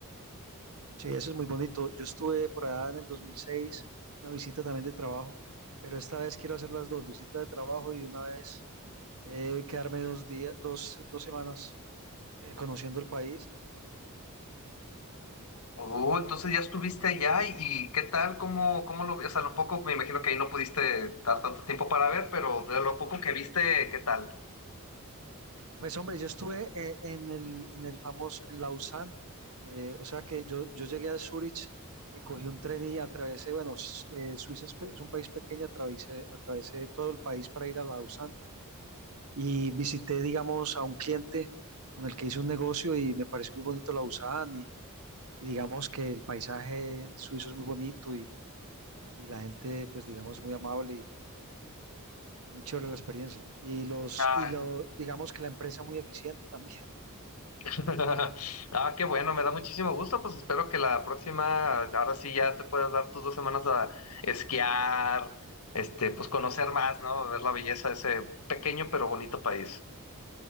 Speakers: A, on the right; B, on the left.
A: Sí, eso es muy bonito. Yo estuve por allá en el 2006, una visita también de trabajo, pero esta vez quiero hacer las dos, visita de trabajo y una vez eh, quedarme dos días, dos, dos semanas eh, conociendo el país.
B: Oh, entonces ya estuviste allá y, y ¿qué tal? ¿Cómo, cómo lo, o sea, lo poco, me imagino que ahí no pudiste dar tanto tiempo para ver, pero de lo poco que viste, ¿qué tal?
A: Pues hombre, yo estuve eh, en el, en el famoso, en Lausanne, eh, o sea que yo, yo llegué a Zurich, eh, cogí un tren y atravesé, bueno, s- eh, Suiza es, pe- es un país pequeño, atravesé, atravesé todo el país para ir a Lausanne. y visité, digamos, a un cliente con el que hice un negocio y me pareció muy bonito la Lausanne y, y digamos que el paisaje suizo es muy bonito y, y la gente, pues digamos, muy amable y muy chévere la experiencia. Y los,
B: Ah,
A: y lo, digamos que la empresa muy eficiente también. <laughs>
B: <laughs> ah, qué bueno, me da muchísimo gusto, pues espero que la próxima, ahora sí ya te puedas dar tus dos semanas a esquiar, este, pues conocer más, ¿no? Ver la belleza de ese pequeño pero bonito país.